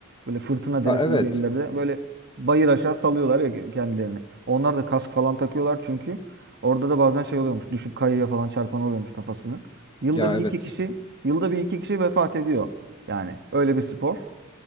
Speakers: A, on the right; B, on the left.
A: Böyle fırtına
B: Ha
A: deresi
B: evet.
A: gibi yerlerde böyle bayır aşağı salıyorlar ya kendilerini. Onlar da kask falan takıyorlar çünkü orada da bazen şey oluyormuş. Düşüp kayaya falan çarpan oluyormuş kafasını. Yılda
B: Ya
A: bir
B: evet.
A: iki kişi, yılda bir iki kişi vefat ediyor. Yani öyle bir spor.